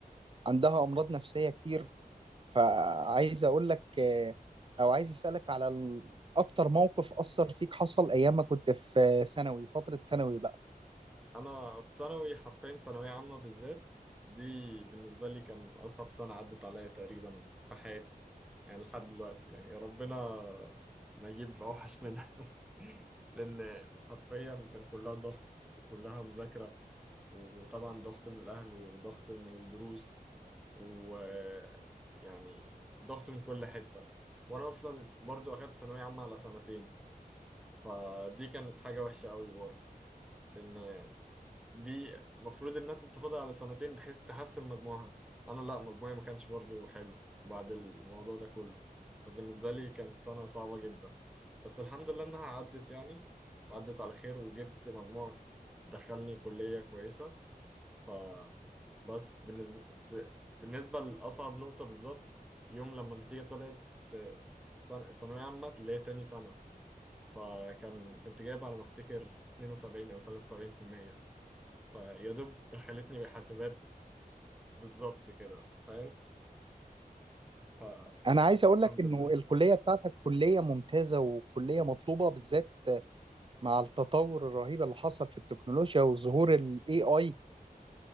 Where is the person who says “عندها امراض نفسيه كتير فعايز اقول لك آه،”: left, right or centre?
Right